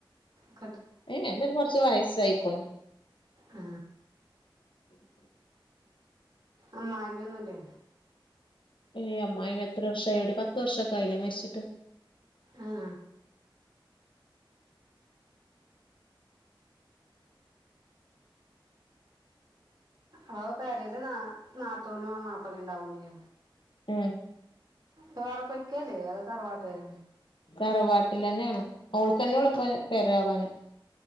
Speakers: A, on the right; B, on the left.
A: ത്തതോ
B: ഏയ് ഇതിന് കോറച്ച് വയസ്സായിക്ക്ണു
A: ആ
B: <unintelligible>
A: അമ്മായി അമ്മ ഒന്നുമില്ലേ
B: ഏയ് അമായിയമ്മ എത്ര വർഷായടി പത്ത് വർഷൊക്കെ ആയില്ലേ മരിച്ചിട്ട്
A: ആ അപ്പൊ പേരയില് ന നാത്തൂനും ആ മാപ്പളയും ഉ ണ്ടാവും ഇല്ലേ
B: ഉം
A: വേറെ പൊയ്ക്കല്ലേ അതൊ തറവാട്ട്കാര്
B: തറവാട്ടില് തന്നെയാണ് ഓൾക്ക് തന്നെ യുള്ളൂ ഇപ്പൊ പെരായാ വാന്